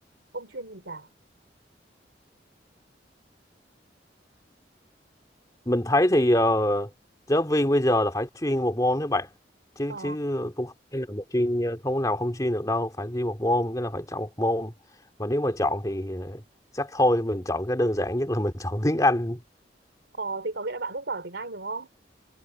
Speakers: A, on the right; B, on the left.
A: không chuyên gì cả?
B: mình thấy thì ờ, giáo viên bây giờ là phải chuyên một môn các bạn chứ
A: Ờ,
B: chứ cũng không phải là một chuyên ờ, không có nào không chuyên được đâu phải chuyên một môn cái là phải chọn một môn mà nếu mà chọn thì ờ, chắc thôi mình chọn cái đơn giản nhất là mình <laughs> chọn tiếng Anh
A: ờ thì có nghĩa là bạn rất giỏi tiếng Anh đúng không?